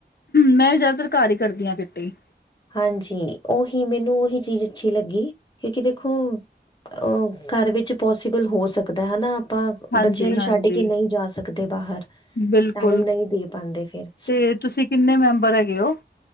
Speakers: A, on the left (about 65°); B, on the left (about 25°).
A: ਮੈਂ ਜ਼ਿਆਦਾਤਰ ਘਰ ਹੀ ਕਰਦੀ ਹਾਂ ਕਿੱਟੀ
B: ਹਾਂਜੀ ਉਓਹੀ ਮੈਨੂੰ ਉਹੀ ਚੀਜ਼ ਅੱਛੀ ਲੱਗੀ ਕਿਉਂਕਿ ਦੇਖੋ ਅ ਘਰ ਵਿੱਚ ਪੋਸੀਬਲ ਹੋ ਸਕਦਾ ਹਨਾ ਆਪਾਂ
A: ਹਾਂਜੀ-ਹਾਂਜੀ
B: ਬੱਚਿਆਂ ਨੂੰ ਛੱਡ ਕੇ ਨਹੀਂ ਜਾ ਸਕਦੇ ਬਾਹਰ
A: ਬਿਲਕੁਲ
B: ਟਾਈਮ ਨਹੀਂ ਦੇ ਪਾਂਦੇ ਫਿਰ।
A: ਤੇ ਤੁਸੀਂ ਕਿੰਨੇ ਮੈਂਬਰ ਹੈਗੇ ਹੋ